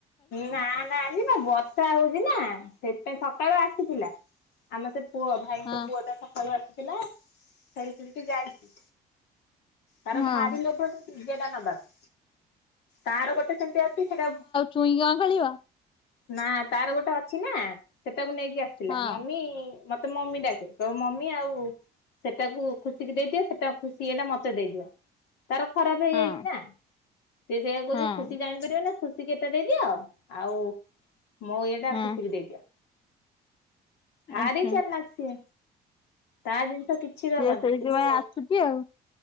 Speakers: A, on the left; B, on the left.
A: ନାଁ ନାଁ ଆଜିପା ବ ବର୍ଷା ହଉଚି ନାଁ ସେଥିପାଇଁ ସକାଳୁ ଆସିଥିଲା ଆମ ସେ ପୁଅ ଭାଇଙ୍କ
B: ହଁ
A: ପୁଅଟା ସଖାଳୁ ଆସିଥିଲା ଖେଳି ଖେଳିକି ଯାଇଛି, ତାର
B: ହଁ
A: ଭାରି ଲୋଭ ପିଜାଟା ନବାକୁ ତାର ଗୋଟେ ସେମତି ଅଛି ସେଟା
B: ଚୁଇଁ କଁ ଖେଳିବ?
A: ନା ତାର ଗୋଟେ ଅଛି ନା ସେଟାକୁ ନେଇକି ଆସିଥିଲା,
B: ହଁ।
A: ମମି ମତେ ମମି ଡାକେ। ତ ମମି ଆଉ ସେଟାକୁ ଖୁସିିକି ଦେଇଦିଅ, ସେଟା ଖୁସି ଇଏଟା ମତେ ଦେଇଦିଅ। ତାର ଖରାପ ହେଇଯାଇଛି
B: ହଁ
A: ନା, ସେ ସେଇଆ କହୁଛି
B: ହଁ
A: ଖୁସି ଜାଣିପାରିବନି ଖୁସିକୁ ଏଟା ଦେଇଦିଅ ଆଉ ମୋ ଇଏଟା
B: ହଁ
A: ଖୁସିିକି ଦେଇଦିଅ। ଭାରି
B: ଆଚ୍ଛା
A: ଚାଲାଖ ସିଏ ତା ଜିନିଷ କିଛି ଛି ଦବନି
B: ସିଏ ସେଇଥିପାଇଁ
A: କିନ୍ତୁ
B: ଆସୁଛି ଆଉ